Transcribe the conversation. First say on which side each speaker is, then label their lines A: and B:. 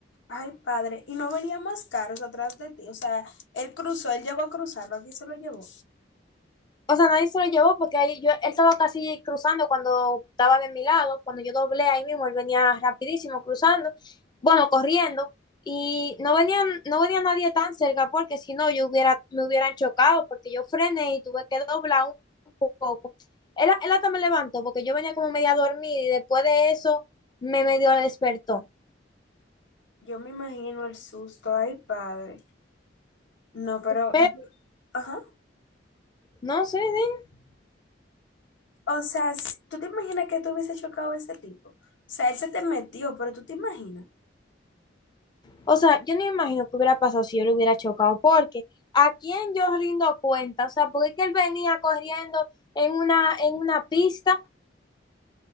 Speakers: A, on the left (about 80°); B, on the left (about 25°).
A: ay, padre, y no venía más caros atrás de ti. O sea, él cruzó, él llegó a cruzar, ¿no? ¿Quién se lo llevó?
B: O sea, nadie se lo llevó porque ahí yo, él estaba casi cruzando cuando estaba de mi lado, cuando yo doblé ahí mismo, él venía rapidísimo cruzando, bueno, corriendo, y no venían, no venía nadie tan cerca porque si no yo hubiera, me hubieran chocado porque yo frené y tuve que doblar un poco. Él, él hasta me levantó porque yo venía como media dormida y después de eso me medio despertó.
A: Yo me imagino el susto, ay, padre. No, pero,
B: Pero
A: ajá.
B: no sé, ¿sí?
A: O sea, si- ¿tú te imaginas que tú hubiese chocado a ese tipo? O sea, él se te metió, pero tú te imaginas.
B: O sea, yo no me imagino que hubiera pasado si yo le hubiera chocado, porque a quién yo rindo cuenta, o sea, porque es que él venía corriendo en una, en una pista